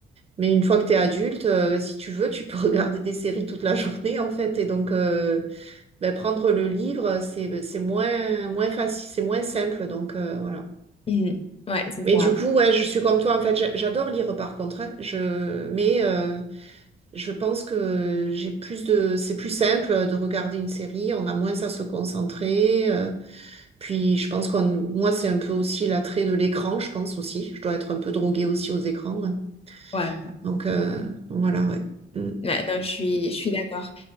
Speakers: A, on the right; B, on the left.
A: Mais une fois que t'es adulte, euh, ben, si tu veux, tu peux <laughs> regarder des séries toute la journée, en fait. Et donc, euh, ben, prendre le livre, c'est c'est moins moins facile, c'est moins simple, donc euh, voilà.
B: Mhm. Ouais, c'est
A: Mais
B: ça.
A: du coup, ouais, je suis comme toi, en fait, j'a- j'adore lire par contre, hein. Je... Mais euh, je pense que j'ai plus de... c'est plus simple de regarder une série, on a moins à se concentrer. euh, Puis je pense qu'on, moi, c'est un peu aussi l'attrait de l'écran, je pense aussi. Je dois être un peu droguée aussi aux écrans. hein.
B: Ouais,
A: Donc euh, voilà, ouais. Mm.
B: Ouais, non, je suis, je suis d'accord.